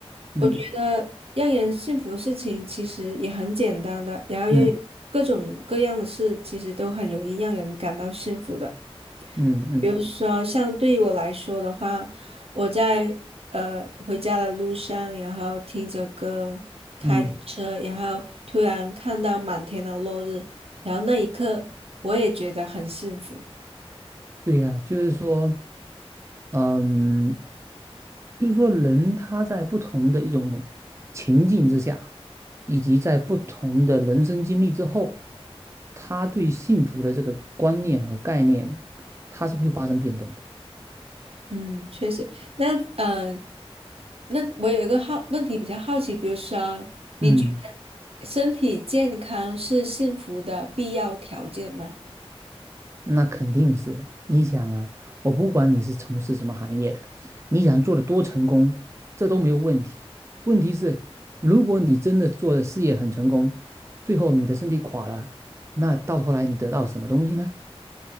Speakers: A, on the right (about 25°); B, on the right (about 65°).
A: 嗯
B: 我觉得让人幸福的事情其实也很简单的，然后又有各种各样的事，
A: 嗯
B: 其实都很容易让人感到幸福的。
A: 嗯嗯
B: 比如说，像对于我来说的话，我在呃回家的路上，然后听着歌，开着车，
A: 嗯，
B: 然后突然看到满天的落日，然后那一刻我也觉得很幸福。
A: 对呀，就是说。嗯，就是说人他在不同的一种情境之下，以及在不同的人生经历之后，他对幸福的这个观念和概念，它是会发生变动的。
B: 嗯，确实。那呃，那我有一个好问题比较好奇，比如说，你觉得身体健康是幸福的必要条件吗？
A: 嗯，那肯定是。你想啊，我不管你是从事什么行业的，你想做的多成功，这都没有问题。问题是，如果你真的做的事业很成功，最后你的身体垮了，那到头来你得到什么东西呢？